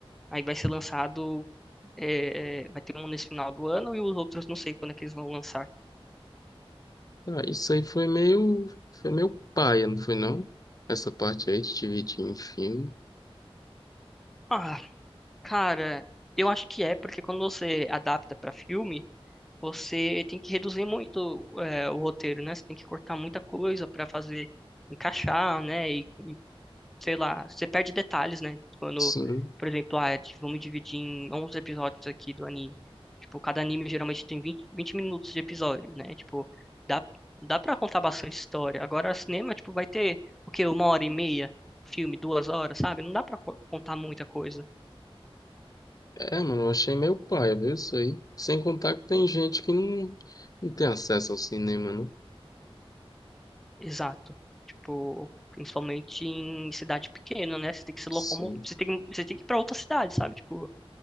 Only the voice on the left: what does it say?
Ah, isso aí foi meio, foi meio paia, não foi não? Essa parte aí de dividir em filme.
Sim.
É, mano, eu achei meio paia, viu isso aí? Sem contar que tem gente que não, não tem acesso ao cinema, né?
Sim.